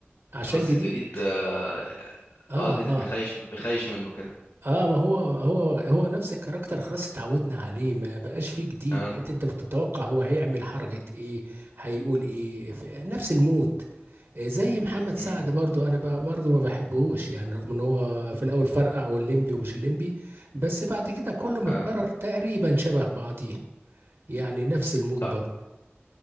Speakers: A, on the right; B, on the left.
A: عشان
B: بس
A: جديد
B: الجديد اه
A: اه
B: آه، الجديد
A: اه
B: بيخيش بيخيش منه كده
A: اه ما هو هو هو نفس الكاركتر خلاص اتعودنا عليه ما بقاش فيه جديد
B: اه
A: بقيت انت بتتوقع هو هيعمل حركة ايه هيقول ايه ف- نفس المود آه، زي محمد سعد
B: امم
A: برضو انا ب- برضو ما بحبهوش يعني رغم ان هو في الاول فرقع والليمبي ومش الليمبي بس بعد كده كله متكرر
B: اه
A: تقريبا شبه بعضيه يعني نفس المود
B: طب,
A: برضو